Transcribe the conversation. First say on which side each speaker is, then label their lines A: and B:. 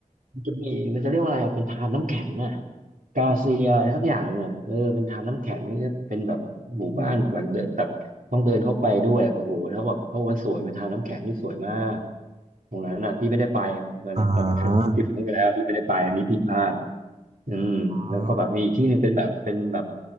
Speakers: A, on the right; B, on the right.
A: มันจะมีมันจะเรียกว่าอะไรอะเป็นทานน้ำแข็งอ่ะกาเซียอะไรสักอย่างหนึ่งอ่ะเออเป็นทานน้ำแข็งนี่เป็นแบบหมู่บ้านแบบเดินแบบต้องเดินเข้าไปด้วยแบบโอ้โหแล้วแบบเขาบอกมันสวยเป็นทานน้ำแข็งที่สวยมากตรงนั้นน่ะพี่ไม่ได้ไปมันมันครั้งทริปครั้งที่แล้วพี่ไม่ได้ไปอันนี้พี่พลาด
B: อ่า
A: อืมแล้วก็แบบมีอีกที่หนึ่งเป็นแบบเป็นแบบ
B: อ่า